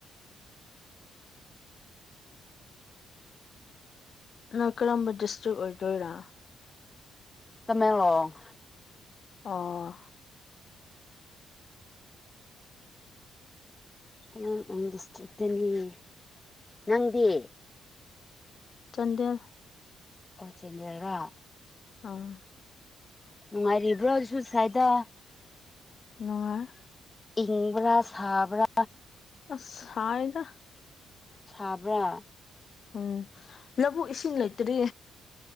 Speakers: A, on the left (about 55°); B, on the left (about 25°).
A: ꯅ ꯀꯔꯝꯕ ꯗꯤꯁꯇ꯭ꯔꯤꯛ ꯑꯣꯏꯗꯣꯏꯔ
B: ꯇꯃꯦꯔꯣꯡ
A: ꯑꯥ
B: <unintelligible> ꯅꯪꯗꯤ
A: ꯆꯥꯟꯗꯦꯜ
B: ꯑꯣ ꯆꯤꯅꯥꯔꯔ
A: ꯑꯥ
B: ꯅꯨꯡꯉꯥꯏꯔꯤꯕ꯭ꯔꯥꯁꯨ ꯁꯥꯏꯗ
A: ꯅꯨꯉꯥꯏ
B: ꯏꯪꯕ꯭ꯔ ꯥꯁꯥꯕ꯭ꯔꯥ
A: ꯑꯁ ꯁꯥꯏꯗ
B: ꯁꯕ꯭ꯔꯥ
A: ꯎꯝ ꯂꯧꯕꯨꯛ ꯏꯁꯤꯡ ꯂꯩꯇ꯭ꯔꯤ